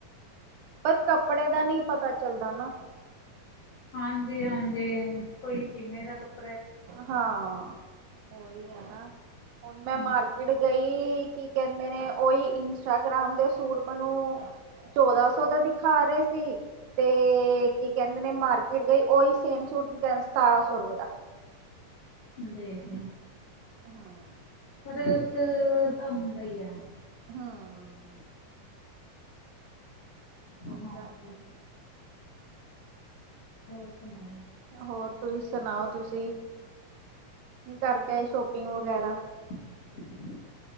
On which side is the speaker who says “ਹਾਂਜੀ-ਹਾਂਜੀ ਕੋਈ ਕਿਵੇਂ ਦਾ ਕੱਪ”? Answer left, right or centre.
Left